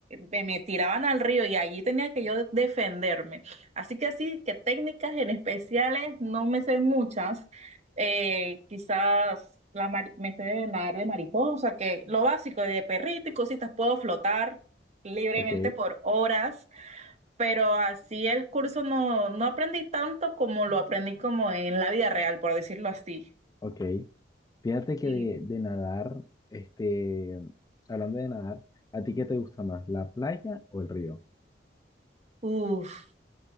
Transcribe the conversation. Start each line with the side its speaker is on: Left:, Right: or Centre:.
Right: me, me tiraban al río y allí tenía que yo defenderme. Así que así que técnicas en especiales no me sé muchas, eh, quizás la mari- me sé de nadar de mariposa, que lo básico de perrito y cositas, puedo flotar libremente
Left: Ok.
Right: por horas pero así el curso no, no aprendí tanto como lo aprendí como en la vida real, por decirlo así.
Left: Ok. Fíjate que
Right: Sí.
Left: de, de nadar, este, hablando de nadar, ¿a ti qué te gusta más, la playa o el río?
Right: Uf,